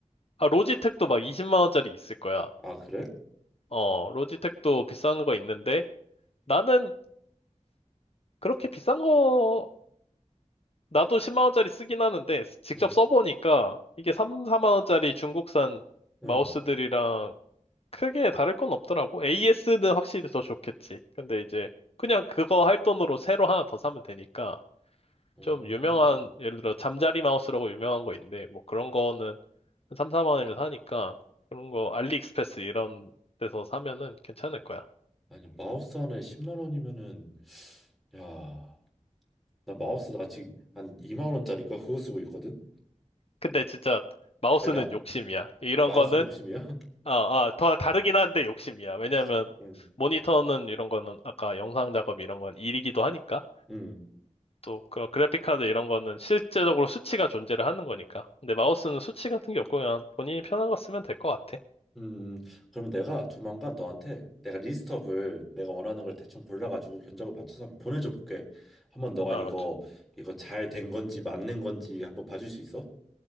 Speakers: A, on the left; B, in the centre.
A: 아, 로지텍도 막 20만원짜리 있을 거야.
B: 아, 그래?
A: 어, 로지텍도 비싼 거 있는데, 나는 그렇게 비싼 거 나도 10만 원짜리 쓰긴 하는데 직접
B: 응,
A: 써보니까 이게 3, 4만 원짜리 중국산
B: 응.
A: 마우스들이랑 크게 다를 건 없더라고. AS는 확실히 더 좋겠지. 근데 이제 그냥 그거 할 돈으로 새로 하나 더 사면 되니까
B: 오,
A: 좀 유명한 예를 들어 잠자리 마우스라고 유명한 거 있는데 뭐 그런 거는 한 3, 4만 원이면 사니까 그런 거 알리익스프레스 이런 데서 사면은 괜찮을 거야.
B: 아니, 마우스 하나에 10만 원이면은, 야. 나 마우스 나 지금 한 2만 원짜리인가 그거 쓰고 있거든.
A: 근데 진짜 마우스는
B: 달라?
A: 욕심이야. 이런
B: 아, 마우스는
A: 거는
B: 욕심이야?
A: 아, 아, 더 다르긴 한데
B: <laughs>
A: 욕심이야. 왜냐면
B: 응.
A: 모니터는 이런 거는 아까 영상 작업 이런 건 일이기도 하니까.
B: 음.
A: 또 그런 그래픽 카드 이런 거는 실제적으로 수치가 존재를 하는 거니까. 근데 마우스는 수치 같은 게 없고 그냥 본인이 편한 거 쓰면 될 것 같아.
B: 음. 그러면 내가 조만간 너한테 내가 리스트업을 내가 원하는 걸 대충 골라가지고 견적을 맞춰서 한번 보내줘 볼게. 한번 너가
A: 어,
B: 이거
A: 저-
B: 이거 잘 된 건지 맞는 건지 한번 봐줄 수 있어?